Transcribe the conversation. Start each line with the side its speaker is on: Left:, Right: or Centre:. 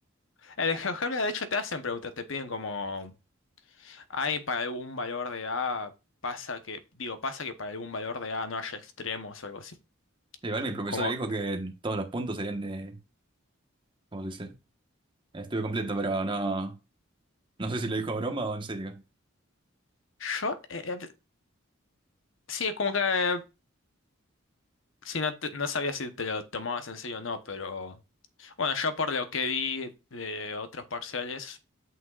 Left: el de GeoGebra de hecho te hacen preguntas, te piden como... Hay para algún valor de A, pasa que, digo, pasa que para algún valor de A no haya extremos o algo así.
Right: Igual mi profesora
Left: Como,
Right: dijo que todos los puntos serían de, ¿cómo se dice? Estuve completo, pero no, no sé si lo dijo broma o en serio.
Left: yo, eh, eh, sí, es como que eh, si no, te- no sabía si te lo tomabas en serio o no, pero bueno, yo por lo que vi de otros parciales